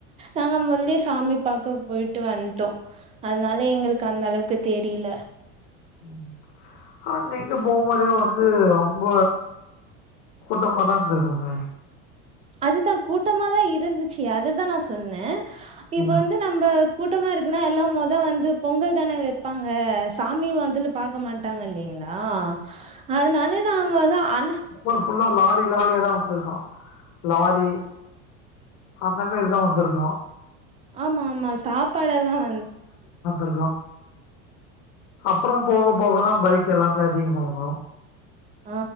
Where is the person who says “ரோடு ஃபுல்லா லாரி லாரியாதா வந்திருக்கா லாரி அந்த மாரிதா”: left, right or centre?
Left